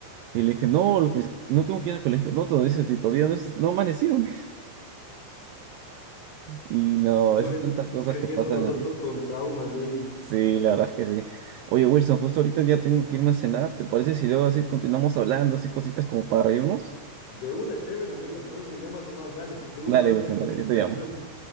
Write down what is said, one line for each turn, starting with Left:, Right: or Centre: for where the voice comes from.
Right: Y le dije, no, pues no tengo que ir al colegio. No, todo eso, si todavía no, es, no he amanecido. <laughs> Y no,
Left: pobrecito,
Right: esas tantas cosas
Left: creciendo
Right: que pasan
Left: nosotros
Right: así.
Left: con traumas, oye,
Right: Sí, la verdad es que sí. Oye, Wilson, justo ahorita
Left: Sí.
Right: ya tengo que irme a cenar. ¿Te parece si luego así continuamos hablando, así cositas como para reírnos?
Left: de una, chévere, amigo, entonces me llamas nomás, dale, qué gusto
Right: Dale,
Left: hablar
Right: Wilson,
Left: contigo,
Right: dale,
Left: James,
Right: yo te
Left: ya
Right: llamo.
Left: nos vemos.